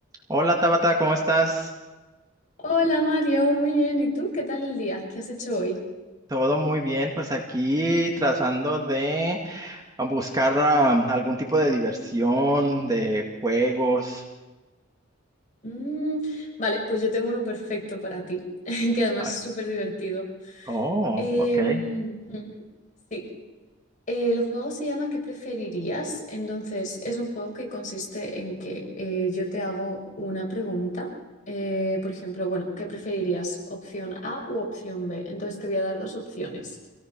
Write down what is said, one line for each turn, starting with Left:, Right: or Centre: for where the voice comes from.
Right: Hola Tabata, ¿cómo estás?
Left: Hola Mario, muy bien. ¿Y tú? ¿Qué tal el día? ¿Qué has hecho hoy?
Right: Todo muy bien, pues aquí tratando de ah, buscar ah, algún tipo de diversión, de juegos.
Left: Mm, vale, pues yo tengo uno perfecto para ti, <laughs> que además
Right: Ah,
Left: es súper divertido.
Right: oh,
Left: Em,
Right: ok,
Left: ujú, sí, El juego se llama ¿Qué preferirías? Entonces, es un juego que consiste en que eh, yo te hago una pregunta. eh, por ejemplo, bueno, ¿qué preferirías? ¿Opción A u opción B? Entonces te voy a dar dos opciones.